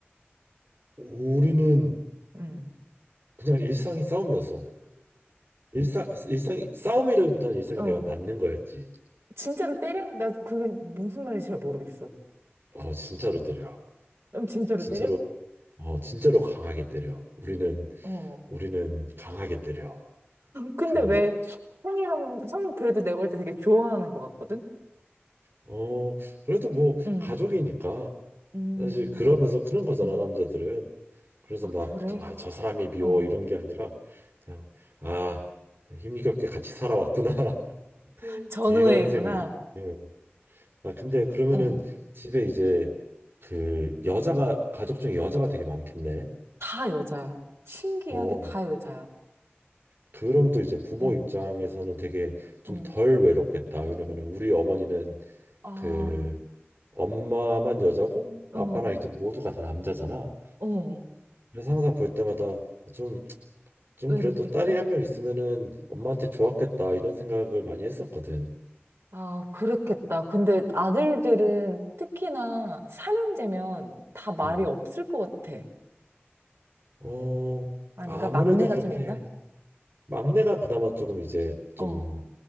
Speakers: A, on the right; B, on the right.
A: 우리는
B: 응.
A: 그냥 일상이 싸움이었어. 일상, 일상이, 싸움이라기보다는 일상이
B: 어.
A: 내가 맞는 거였지.
B: 진짜로 때려? 나 그게 무슨 말인지 잘 모르겠어.
A: 어, 진짜로 때려.
B: 그럼 진짜로
A: 진짜로,
B: 때려?
A: 어, 진짜로 강하게 때려. 우리는,
B: 어.
A: 우리는 강하게 때려.
B: 근데
A: 그,
B: 왜 형이랑, 형 그래도 내가 볼 때 되게 좋아하는 것 같거든?
A: 어, 그래도 뭐,
B: 응.
A: 가족이니까.
B: 음.
A: 사실 그러면서 그런 거잖아,
B: 음.
A: 남자들은. 그래서
B: 아,
A: 막,
B: 그래?
A: 저, 아, 저 사람이 미워,
B: 어.
A: 이런 게 아니라, 그냥, 아, 힘겹게 같이 살아왔구나. <laughs>
B: 전우회구나.
A: 이런 생각이. 네. 아, 근데 그러면은
B: 어.
A: 집에 이제 그 여자가 가족 중에 여자가 되게 많겠네.
B: 다 여자야. 신기하게
A: 어,
B: 다 여자야.
A: 그러면 또 이제 부모
B: 어,
A: 입장에서는 되게 좀
B: 어.
A: 덜 외롭겠다. 왜냐면 우리 어머니는
B: 아,
A: 그 엄마만 여자고
B: 어,
A: 아빠랑 이제 모두가 다 남자잖아.
B: 어.
A: 그래서 항상 볼 때마다 좀, 좀
B: 외롭겠다.
A: 그래도 딸이 한 명 있으면은 엄마한테 좋았겠다 이런 생각을 많이 했었거든.
B: 아, 그렇겠다. 근데 아들들은 특히나 삼형제면 다 말이
A: 음.
B: 없을 것 같아.
A: 어,
B: 아닌가?
A: 아무래도
B: 막내가
A: 그렇게
B: 좀 있나?
A: 막내가 그나마 조금 이제 좀
B: 어.